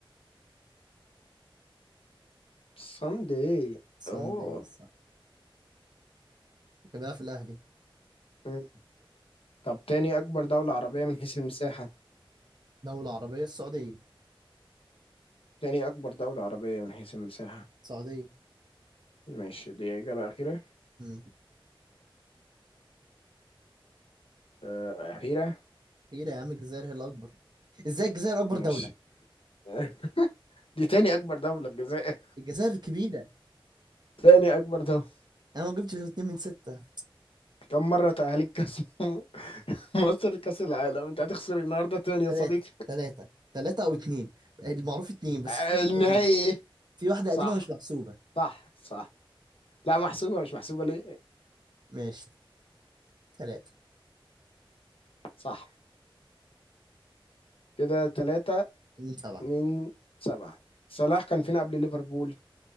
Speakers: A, on the left (about 80°); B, on the right (about 50°).
A: ساندي
B: سان
A: اوه
B: داي صح كان بيلعب في الاهلي
A: مم. طب تاني اكبر دولة عربية من حيث المساحة
B: دولة عربية السعودية
A: تاني اكبر دولة عربية من حيث المساحة
B: السعودية
A: ماشي دي إجابة أخيرة
B: امم
A: آه، أخيرة
B: كبيرة يا عم الجزائر هي الأكبر ازاي الجزائر أكبر
A: ماشي
B: دولة
A: <laughs> دي تاني أكبر دولة الجزائر
B: الجزائر كبيرة
A: تاني أكبر دولة
B: أنا ما جبتش غير اتنين من ستة
A: كم مرة تأهلت كأس <laughs> مصر لكأس العالم أنت هتخسر النهاردة تاني يا
B: تلاتة
A: صديقي
B: تلاتة تلاتة أو اتنين المعروف اتنين بس
A: آه،
B: في واحدة
A: النهائي
B: قديمة
A: إيه؟
B: في واحدة
A: صح
B: قديمة مش محسوبة
A: صح صح لا محسوبة مش محسوبة ليه
B: ماشي تلاتة
A: صح كده تلاتة
B: اتنين سبعة
A: من سبعة صلاح كان فين قبل ليفربول